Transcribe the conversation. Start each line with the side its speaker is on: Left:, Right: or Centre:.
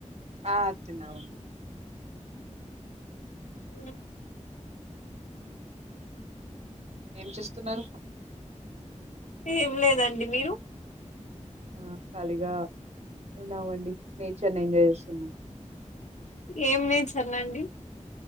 Right: ఆ తిన్నామండి
Left: అ
Right: ఏం చేస్తున్నారు
Left: ఏం లేదండి మీరు
Right: ఆ ఖాళీగా ఉన్నామండి నేచర్ ని ఎంజాయ్ చేస్తున్నాం
Left: ఏం వెచర్ అండి